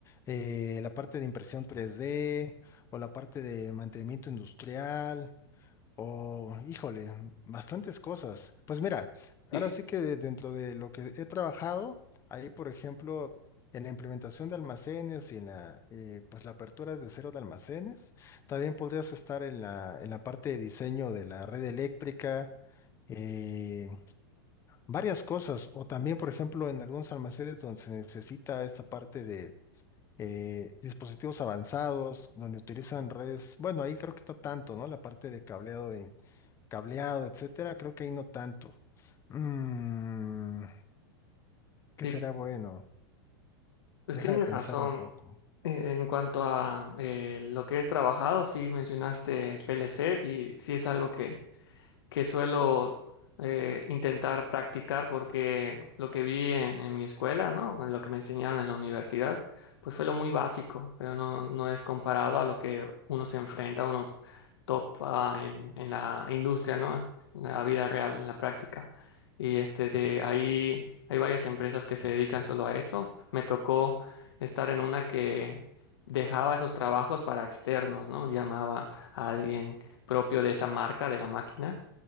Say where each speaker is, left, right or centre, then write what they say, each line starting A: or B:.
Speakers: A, on the left; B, on the left.
A: eh, la parte de impresión 3D o la parte de mantenimiento industrial. Oh, híjole, bastantes cosas. Pues mira, ahora
B: Sí,
A: sí que de- dentro de lo que he trabajado, ahí por ejemplo, en la implementación de almacenes y en la, eh, pues la apertura de cero de almacenes, también podrías estar en la, en la parte de diseño de la red eléctrica, eh, varias cosas, o también por ejemplo en algunos almacenes donde se necesita esta parte de... eh, dispositivos avanzados donde utilizan redes, bueno, ahí creo que no tanto, ¿no? La parte de cableado cableado, etcétera, creo que ahí no tanto. Mm, ¿qué
B: sí,
A: será bueno?
B: pues
A: Déjame
B: tienes
A: pensar
B: razón.
A: un poco.
B: Eh, En cuanto a eh, lo que es trabajado, sí mencionaste PLC y sí es algo que, que suelo eh, intentar practicar porque lo que vi en, en mi escuela, ¿no? En lo que me enseñaron en la universidad, pues fue lo muy básico, pero no, no es comparado a lo que uno se enfrenta, uno topa en, en la industria, ¿no? En la vida real, en la práctica. Y este de ahí hay varias empresas que se dedican solo a eso. Me tocó estar en una que dejaba esos trabajos para externos, ¿no? Llamaba a alguien propio de esa marca, de la máquina